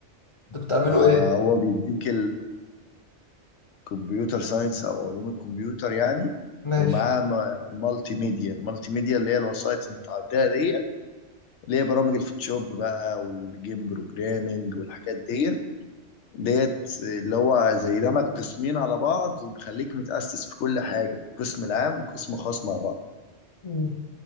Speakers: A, on the left (about 45°); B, on the left (about 80°).
A: انت بتعملوا
B: فهو
A: ايه
B: بيديك كمبيوتر ساينس او علوم الكمبيوتر يعني
A: ماشي
B: ومعاه م- مالتي ميديا المالتي ميديا اللي هي الوسائط المتعدده دي اللي هي برامج الفوتوشوب بقى والجيم بروجرامينج والحاجات دي ديت اللي هو زي دمج قسمين على بعض وبيخليك متأسس في كل حاجه قسم العام وقسم خاص مع بعض
A: مم.